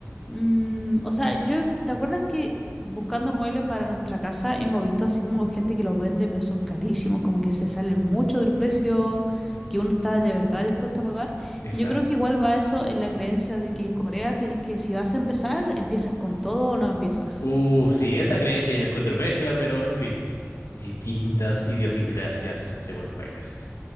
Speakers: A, in the centre; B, on the left.
A: mm, o sea, yo, ¿te acuerdas que buscando muebles para nuestra casa hemos visto así como gente que los vende, pero son carísimos, como que se salen mucho del precio que uno está de verdad dispuesto a pagar?
B: Exacto.
A: Y yo creo que igual va eso en la creencia de que en Corea tienes que, si vas a empezar, empiezas con todo o no empiezas.
B: Uh, sí, esa creencia yo la encuentro pésima, pero en fin, distintas idiosincrasias según los países.